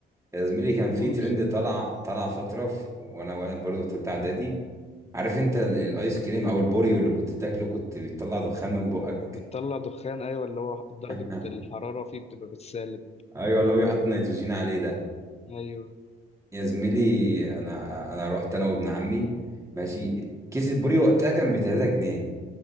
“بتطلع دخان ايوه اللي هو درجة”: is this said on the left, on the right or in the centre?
Left